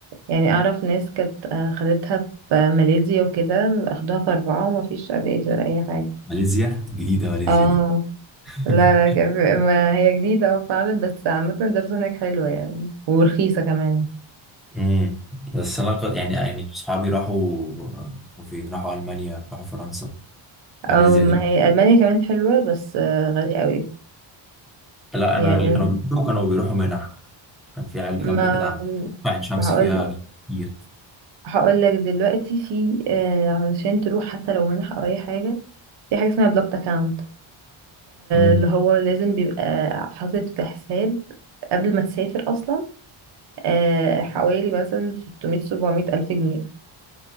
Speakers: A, on the right (about 60°); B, in the centre.
A: يعني اعرف ناس كانت آه، خدتها في ماليزيا وكده اخدوها في اربعة وما فيش علاج ولا اي حاجة
B: ماليزيا جديدة ماليزيا
A: اه
B: دي <laughs>
A: لا لا ك- ما هي جديدة اه فعلا بس عامة الدراسة هناك حلوة يعني ورخيصة كمان
B: امم بس انا قد- يعني يعني صحابي راحوا راحوا فين راحوا المانيا راحوا فرنسا ماليزيا
A: او ما
B: دي
A: هي المانيا كمان حلوة بس آه، غالية قوي
B: لا
A: يعني
B: انا اللي كانوا بيروحوا كانوا بيروحوا منح كان في عيال
A: ما
B: جامده كده عندنا عين شمس
A: ما هقول
B: فيها كتير
A: هقول لك دلوقتي في آه، علشان تروح حتى لو منح او اي حاجة في حاجة اسمها بلوكت اكاونت
B: امم
A: اللي هو لازم بيبقى حاطط في حساب قبل ما تسافر اصلا آه، حوالي مثلا 600 700 ألف جنيه